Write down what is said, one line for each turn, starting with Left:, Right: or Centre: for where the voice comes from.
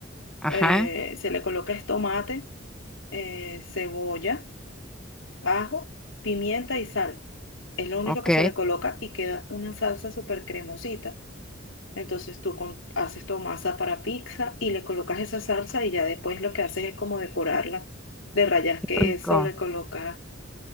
Centre: Ajá,
Left: Eh, se le coloca es tomate, eh, cebolla, ajo, pimienta y sal. Es lo único
Centre: ok.
Left: que
Centre: Qué
Left: se le coloca y queda una salsa súper cremosita. Entonces tú con- haces tu masa para pizza y le colocas esa salsa y ya después lo que haces es como decorarla. de rayas queso,
Centre: rico.
Left: le colocas